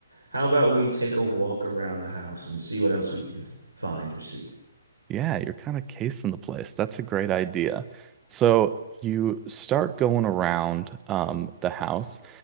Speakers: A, on the right; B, on the right.
A: how about we take a walk around the house and see what else we can find or see?
B: Yeah, you're kind of casing the place. That's a great idea. So you start going around um, the house,